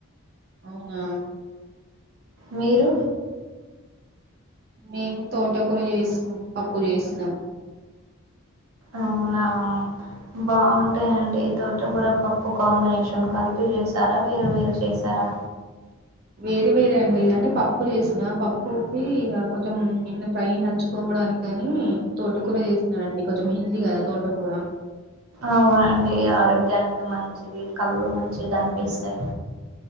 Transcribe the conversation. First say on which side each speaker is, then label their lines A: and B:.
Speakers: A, on the right (about 45°); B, on the right (about 80°).
A: అవునా
B: మీరు
A: మేము తోటకూర చేసినాం పప్పు చేసినాం
B: అవునా బాగుంటాయండి తోటకూర పప్పు కాంబినేషన్ కలిపి చేసారా వేరు వేరు చేశారా
A: వేరే వేరే అండి అంటే పప్పు చేసిన పప్పుకి ఇక కొంచెం ఏమైనా ఫ్రై నంచుకోవడానికి కాని తోట కూర చేసినండి కొంచెం హెల్తీ కదా తోటకూర
B: అవునండి ఆరోగ్యానికి మంచిది కళ్ళు మంచిగా కనిపిస్తాయి